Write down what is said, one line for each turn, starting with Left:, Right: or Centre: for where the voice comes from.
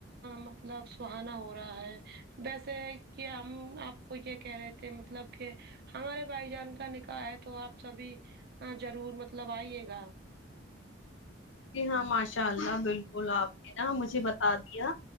Right: مطلب سہانا ہو رہا ہے ویسے کہ ہم آپ کو یہ کہہ رہے تھے مطلب کہ ہمارے بھائی جان کا نکاح ہے تو آپ سب ہی ہاں جرور مطلب آئیے گا
Left: جی ہاں ماشاء اللہ بالکل آپ نے نا مجھے بتا دیا